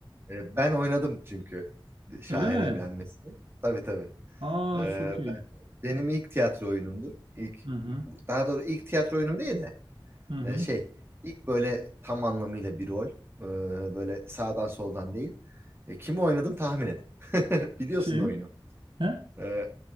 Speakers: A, on the right (about 30°); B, on the right (about 75°).
A: Ee, ben oynadım çünkü e, şair
B: Öyle mi?
A: evlenmesini. Tabii tabii.
B: Aa
A: Ee,
B: çok iyi.
A: ben- benim ilk tiyatro oyunumdur. İlk,
B: Hı hı.
A: daha doğru ilk tiyatro oyunum değil de
B: Hı hı.
A: e, şey ilk böyle tam anlamıyla bir rol. Ee, böyle sağdan soldan değil. E, kimi oynadım tahmin et. <laughs> Biliyorsun
B: Kim?
A: oyunu.
B: He?
A: Ee,